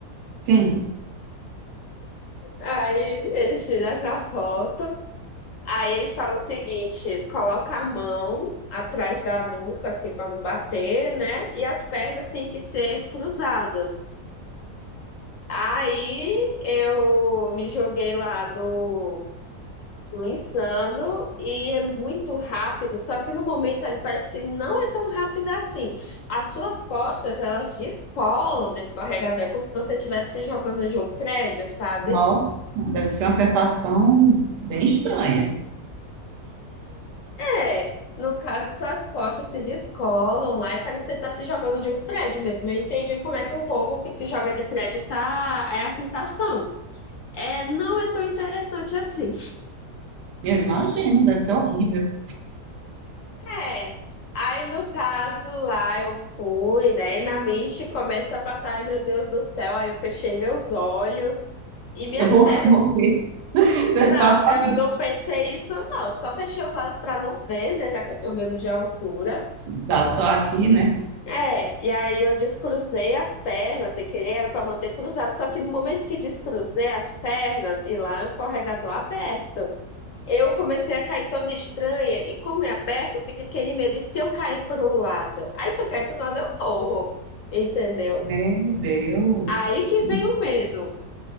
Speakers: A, on the right; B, on the left.
A: Sim.
B: Aí eles tiram essa foto. Aí eles falam o seguinte: coloca a mão atrás da nuca, assim, para não bater, né? E as pernas têm que ser cruzadas. Aí eu me joguei lá do, do Insano e é muito rápido, só que no momento ali parece que não é tão rápido assim. As suas costas, elas descolam do escorregador, é como se você estivesse se jogando de um prédio, sabe?
A: Nossa, deve ser uma sensação bem estranha.
B: É, no caso, suas costas se descolam lá e parece que você tá se jogando de um prédio mesmo. Eu entendi como é que o povo que se joga de prédio tá, é a sensação. É, não é tão interessante assim.
A: Eu imagino, deve ser horrível.
B: É. Aí, no caso, lá eu fui, né? E na mente começa a passar, "Ai, meu Deus do céu. Aí eu fechei meus olhos e minhas
A: Eu vou
B: pernas.
A: <laughs> morrer, deve
B: Não,
A: passar.
B: eu não pensei isso, não. Eu Só fechei os olhos para não ver, né? Já que eu tenho medo de altura.
A: Já tô aqui, né?
B: É, e aí eu descruzei as pernas sem querer, era para manter cruzado. Só que no momento que descruzei as pernas, e lá é um escorregador aberto. Eu comecei a cair toda estranha e como é aberto, fica aquele medo de se eu cair para um lado. Aí se eu cair para um lado, eu morro, entendeu?
A: Meu Deus,
B: Aí que vem o medo.